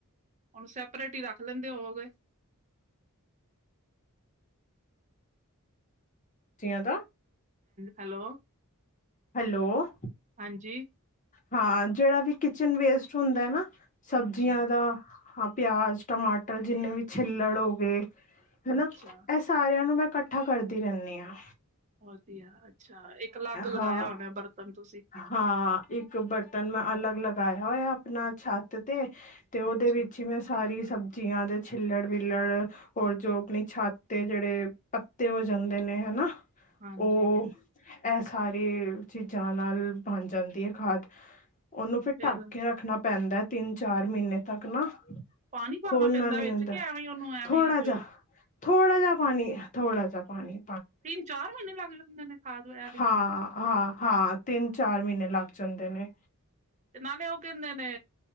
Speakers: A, on the right; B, on the left.
A: ਉਹਨੂੰ ਸੈਪਰੇਟ ਈ ਰੱਖ ਲੈਂਦੇ ਹੋਵੋਗੇ।
B: <unintelligible> ਦਾ
A: ਹੈਲੋ,
B: ਹੈਲੋ
A: ਹਾਂਜੀ।
B: ਹਾਂ ਜਿਹੜਾ ਵੀ ਕਿਚਨ ਵੇਸਟ ਹੁੰਦਾ ਐ ਨਾ ਸਬਜ਼ੀਆਂ
A: ਅੱਛਾ
B: ਦਾ, ਹਾਂ ਪਿਆਜ। ਟਮਾਟਰ ਜਿੰਨੇ ਵੀ ਛਿੱਲੜ ਹੋ ਗਏ, ਹਨਾ।
A: ਅੱਛਾ
B: ਸਾਰਿਆਂ ਨੂੰ ਮੈਂ ਇਕੱਠਾ ਕਰਦੀ ਰਹਿੰਦੀ ਆ।
A: ਵਧੀਆ, ਅੱਛਾ ਇੱਕ ਅਲੱਗ ਲਗਾਇਆ
B: ਹਾਂ
A: ਹੋਣਾ ਬਰਤਨ ਤੁਸੀਂ।
B: ਹਾਂ, ਇੱਕ ਬਰਤਨ ਮੈਂ ਅਲੱਗ ਲਗਾਇਆ ਹੋਇਆ ਆਪਣਾ ਛੱਤ ਤੇ ਤੇ ਉਹਦੇ
A: ਅੱਛਾ
B: ਵਿੱਚ ਈ ਮੈਂ ਸਾਰੀ ਸਬਜ਼ੀਆਂ ਦੇ ਛਿੱਲੜ ਵਿਲੜ ਹੋਰ ਜੋ, ਆਪਣੀ ਛੱਤ ਤੇ ਜਿਹੜੇ ਪੱਤੇ ਹੋ ਜਾਂਦੇ ਨੇ ਹਨਾ।
A: ਹਾਂਜੀ,
B: ਉਹ ਇਹ ਸਾਰੇ ਚੀਜ਼ਾਂ ਨਾਲ ਬਣ ਜਾਂਦੀ ਐ ਖਾਦ, ਉਹਨੂੰ ਫਿਰ,
A: ਫੇਰ
B: ਢੱਕ ਕੇ ਰੱਖਣਾ ਪੈਂਦਾ ਤਿੰਨ ਚਾਰ ਮਹੀਨੇ ਤੱਕ ਨਾ।
A: ਪਾਣੀ ਪਾਉਣਾ
B: ਖੋਲਣਾ
A: ਪੈਂਦਾ
B: ਨੀ
A: ਵਿੱਚ
B: ਆਦਾ,
A: ਕਿ ਐਵੇਂ ਉਹਨੂੰ ਐਵੇਂ
B: ਥੋੜਾ
A: ਹੀ
B: ਜਾ
A: ਜੋ
B: ਥੋੜਾ ਜਾ। ਪਾਣੀ ਥੋੜਾ ਜਾ ਪਾਣੀ
A: ਤੀਨ-ਚਾਰ ਮਹੀਨੇ ਲਗ ਜਾਂਦੇ ਨੇ? ਖਾਦ ਐਲੀ
B: ਹਾਂ-ਹਾਂ-ਹਾਂ
A: ਬਣਨ ਚ
B: ਤਿੰਨ ਚਾਰ ਮਹੀਨੇ ਲੱਗ ਜਾਂਦੇ ਨੇ।
A: ਤੇ ਨਾਲੇ ਉਹ ਕਹਿੰਦੇ ਨੇ,